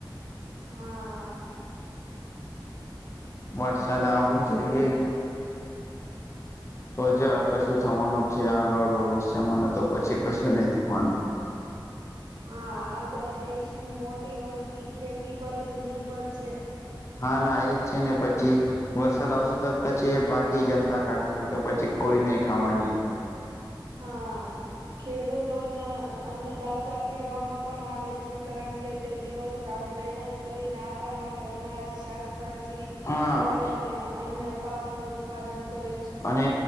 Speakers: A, on the right; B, on the left.
A: હા હા
B: વરસાદ આવો જોઈએ તો જ આ કશું થવાનું છે આગળ ભવિષ્યમાં ન તો પછી કશું નહી થવાનું
A: હા આપડા દેશની મોટી વસ્તી ખેતી પર જ નિર્ભર છે.
B: હા ના એજ છે ને પછી વરસાદ આવશે તો પછી એ બાકી જનતા કાશે ને તો પછી કોઈ નહી ખાવાની
A: હા ખેડૂતોને અન્નદાતા કહેવામાં પણ આવે છે કારણ કે તે દિવસ રાત મહેનત કરીને આપણા માટે અનાજ, શાકભાજી
B: હા
A: ફળો અને અન્ય પાક નું ઉત્પાદન કરે છે.
B: અને